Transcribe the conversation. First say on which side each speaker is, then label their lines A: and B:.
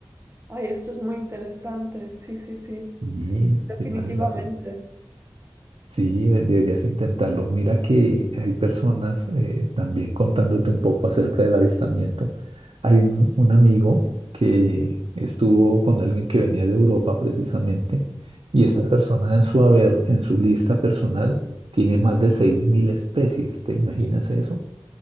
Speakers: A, on the right (about 30°); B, on the right (about 90°).
A: ay, esto es muy interesante. Sí, sí, sí,
B: Y
A: definitivamente.
B: sí, vale la pena. Sí, de- deberías intentarlo. Mira que hay personas, eh, también contándote un poco acerca del avistamiento, hay un, un amigo que estuvo con alguien que venía de Europa precisamente, y esta persona en su haber, en su lista personal, tiene más de 6.000 especies. ¿Te imaginas eso?